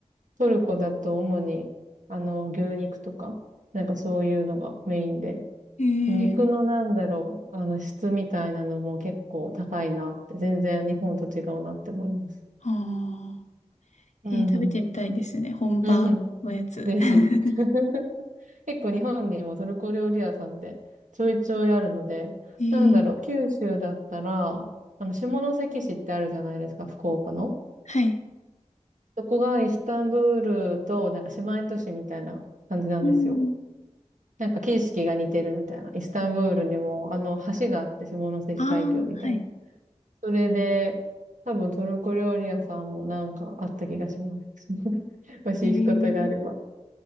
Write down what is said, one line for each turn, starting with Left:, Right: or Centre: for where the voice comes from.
Right: トルコだと主に、あの、牛肉とか、なんかそういうのがメインで。
Left: えー、
Right: 肉のなんだろう、あの質みたいなのも結構高いなって、全然日本と違うなって思います。
Left: はあ。
Right: うんうん。
Left: えー、食べてみたいですね。本場のやつ。
Right: うんうん。ぜひ。
Left: <laughs>
Right: <laughs> 結構日本にもトルコ料理屋さんってちょいちょいあるので、
Left: えー、
Right: なんだろう、九州だったら、あの、下関市ってあるじゃないですか、福岡の。
Left: はい。
Right: そこがイスタンブールとなんか姉妹都市みたいな感じなんですよ。
Left: うん。
Right: なんか景色が似てるみたいな。イスタンブールにもあの橋があって下関海峡みたいな。
Left: ああ、はい。
Right: それで、多分トルコ料理屋さんもなんかあった気がします。<laughs> もし行くことがあれば。
Left: えー、